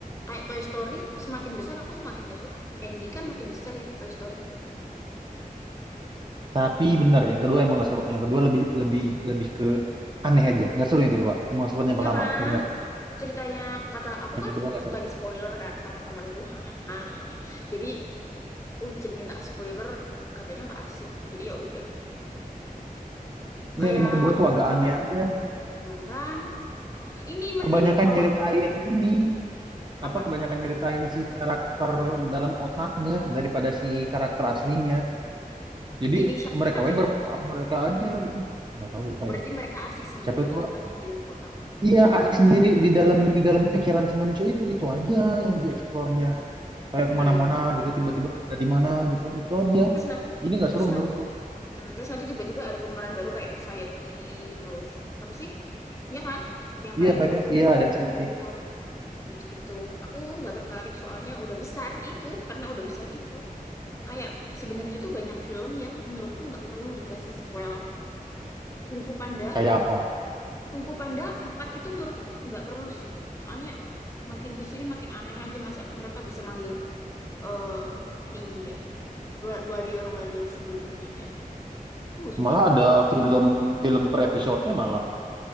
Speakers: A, on the left; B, on the right.
A: Kayak Toy Story, semakin besar aku semakin nggak suka. Andy kan makin besar ya Toy Story.
B: tapi bener yang kedua emang gak seru yang kedua lebih lebih lebih ke aneh aja nggak seru yang kedua emang seru yang
A: Iya
B: pertama
A: kan?
B: bener
A: ceritanya kata aku
B: yang
A: kan
B: kedua nggak
A: suka
B: seru
A: di spoiler kan sama temanku hahaha nih jadi aku c- minta spoiler katanya nggak asik jadi ya udah kayak
B: ya emang kedua tuh agak aneh aja
A: hmm, kan ini mending
B: kebanyakan
A: kalau
B: nyeritain ini
A: apa
B: apa kebanyakan nyeritain si karakter dalam otaknya daripada si karakter aslinya jadi
A: ini siapa
B: mereka
A: sih namanya
B: we ber- mereka aja gitu nggak tahu lupa
A: berarti
B: ya
A: mereka asik sendiri
B: siapa itu
A: gitu kan yang di dalam otak
B: iya Alex sendiri di dalam di dalam pikiran si manusia itu itu aja yang dieksplornya kayak
A: hmm.
B: kemana-mana gitu tiba-tiba ada di mana gitu itu aja
A: terus nah
B: jadi nggak
A: terus
B: seru menurutku
A: nanti terus nanti tiba-tiba ada pemeran baru kayak anxiety terus apa sih ya kan yang
B: iya
A: kayak
B: banyak
A: terus
B: iya
A: insecure
B: ada insentif
A: gitu-gitu aku nggak tertarik soalnya udah besar itu karena udah besar itu kayak sebenarnya tuh banyak film yang menurutku nggak perlu dikasih sequel. Kung Fu Panda,
B: kayak apa
A: Kung Fu Panda 4 itu menurutku nggak perlu sih. Soalnya makin kesini makin aneh aja masa mereka bisa manggil eh ninja, wa- warrior-warrior sebelumnya kayak. Aku nggak suka
B: malah ada
A: yang
B: film film per episodenya malah